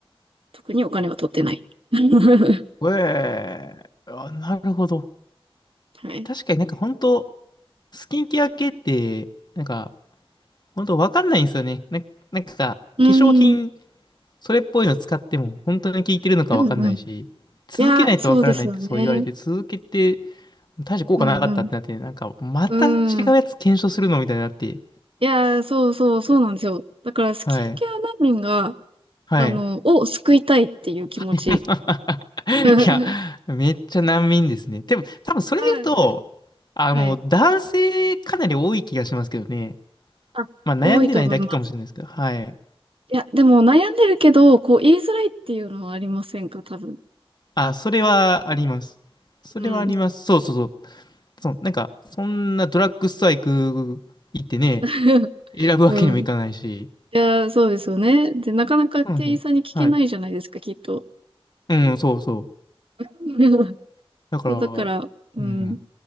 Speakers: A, on the right; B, on the left.
A: 特にお金は取ってない。<laughs>
B: ええあ、なるほど。
A: はい。
B: 確かになんか本当スキンケア系って、なんか、本当わかんないんですよね。な、なんか、化粧品、
A: うん、
B: それっぽいの使っても、本当に効いてるのかわかんないし、
A: うんうん。い
B: 続けないとわからないってそう言われて、
A: や、そうですよね。
B: 続けて、大して効果なかったってなって、
A: うん
B: なんか、また違うやつ検証するのみたいになって、
A: うん。うん。いや、そうそう、そうなんですよ。だから、スキンケア難民が、
B: はい、はい。
A: あの、を救いたいっていう気持ち。
B: <laughs> いや、
A: <laughs>
B: めっちゃ難民ですね。でも、多分それで言うと、
A: あ、
B: あの、
A: はい。
B: 男性かなり多い気がしますけどね。
A: あ、
B: まあ悩んでないだけかもしれないですけど、
A: 多いと思います。
B: はい。
A: いや、でも悩んでるけど、こう言いづらいっていうのはありませんか、多分。
B: あ、それはあります。それはあります。
A: うん。
B: そうそうそう。そう、なんか、そんなドラッグストア行く、行ってね、
A: <laughs>
B: 選ぶわけにもいかないし。
A: うん。いやー、そうですよね。で、なかなか店員さんに聞けないじゃないですか、
B: そうなんですよ。はい。
A: きっと。
B: うん、そうそう。
A: <laughs>
B: だから、
A: そう、だから、うん。
B: うん。